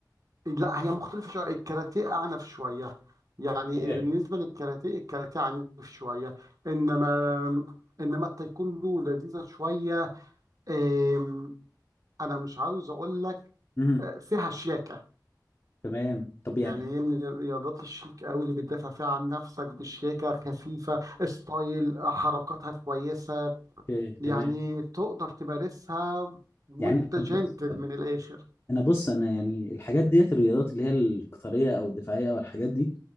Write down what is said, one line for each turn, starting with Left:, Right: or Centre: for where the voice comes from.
Right: لا هي مختلفه شويه الكاراتيه اعنف شويه يعني
Left: إيه.
Right: بالنسبه للكاراتيه الكاراتيه عنيف شويه انما انما التايكوندو لذيذه شويه آم، انا مش عاوز اقول لك
Left: مهم.
Right: آه، فيها شياكه
Left: تمام طب
Right: يعني
Left: يعني
Right: هي من الرياضات الشيك قوي اللي بتدافع فيها عن نفسك بشياكة خفيفة ستايل حركاتها كويسة
Left: اوكي
Right: يعني
Left: تمام
Right: تقدر تمارسها وانت
Left: يعني طب
Right: جنتل
Left: بص
Right: من الآخر
Left: انا بص انا يعني الحاجات ديت الرياضات اللي هي القتاليه او الدفاعيه او الحاجات دي